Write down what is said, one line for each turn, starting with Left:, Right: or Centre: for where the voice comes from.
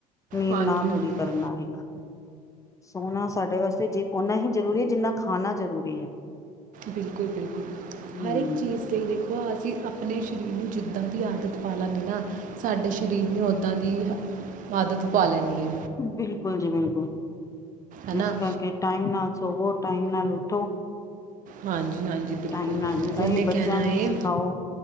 Left: ਨੀਂਦ
Right: ਹਾਂਜੀ
Left: ਨਾ ਪੂਰੀ
Right: ਹਾਂ
Left: ਕਰਨ ਨਾਲ ਵੇਖ। ਸੋਨਾ ਸਾਡੇ ਵਾਸਤੇ ਜੇ ਓਨਾ ਹੀ ਜ਼ਰੂਰੀ ਜਿੰਨਾ ਖਾਣਾ ਜ਼ਰੂਰੀ ਹੈ।
Right: ਬਿਲਕੁਲ-ਬਿਲਕੁਲ
Left: ਹਮ
Right: ਹਰ ਇੱਕ ਚੀਜ਼ ਲਈ ਦੇਖੋ ਅਸੀਂ ਆਪਣੇ ਸ਼ਰੀਰ ਨੂੰ ਜਿੱਦਾਂ ਦੀ ਆਦਤ ਪਾਲਾਂਗੇ ਨਾ, ਸਾਡੇ ਸਰੀਰ ਨੂੰ ਉ ਦਾ ਦੀ ਆਦਤ ਪਾ ਲੈਣੀ ਐ।
Left: ਬਿਲਕੁਲ ਜੀ ਬਿਲਕੁਲ,
Right: ਹਨਾ
Left: ਇਸ ਕਰਕੇ ਟਾਈਮ ਨਾਲ ਸੋਵੋ। ਟਾਈਮ ਨਾਲ ਉੱਠੋ।
Right: ਹਾਂਜੀ ਹਾਂਜੀ ਬਿਲਕੁਲ
Left: ਟਾਈਮ ਨਾਲ ਵੀ
Right: ਉਹਨੇ
Left: ਅਸੀ ਬੱਚਿਆਂ
Right: ਕਹਿਣਾ
Left: ਨੂੰ
Right: ਹੈ
Left: ਵੀ ਸਿਖਾਓ